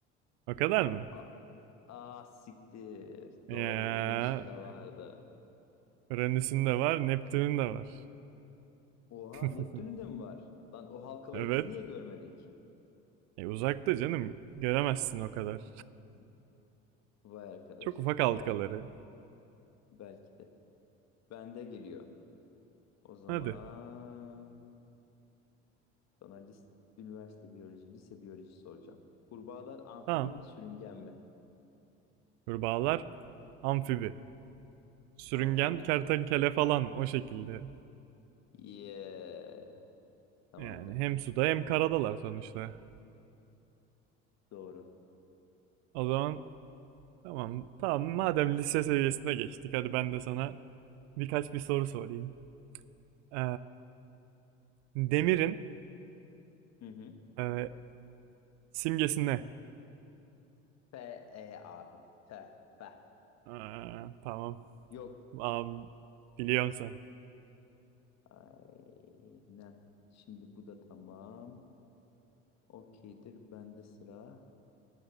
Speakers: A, on the right; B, on the left.
A: O kadar mı?
B: A Aa, siktir.
A: Ya.
B: Doğru. Uranüs'ün de vardı.
A: Uranüs'ün de var, Neptün'ün de var.
B: Oha
A: <laughs>
B: Neptün'ün de mi var? Lan o halkaları
A: Evet.
B: biz niye görmedik?
A: E uzakta canım. Göremezsin o kadar.
B: Hmm. Vay arkadaş.
A: Çok ufak halkaları.
B: Ben belki de. Bende geliyor. O zaman
A: Hadi.
B: sana lis- üniversite biyoloji, lise biyoloji soracağım. Kurbağalar amfibi
A: Tamam.
B: mi, sürüngen mi?
A: Kurbağalar amfibi. Sürüngen
B: Amfibi
A: kertenkele
B: dedi.
A: falan o şekilde.
B: Yeah. Tamamdır.
A: Yani hem suda hem karadalar sonuçta.
B: Doğru.
A: O zaman tamam tamam madem lise seviyesine geçtik hadi ben de sana birkaç bir soru sorayım. Ee, demirin
B: Hı hı.
A: e, simgesi ne?
B: F, E abi. F, F.
A: Aa, tamam.
B: Yok.
A: Aa, biliyorsun sen.
B: Aynen. Şimdi bu da tamam. Okeydir. Bende sıra.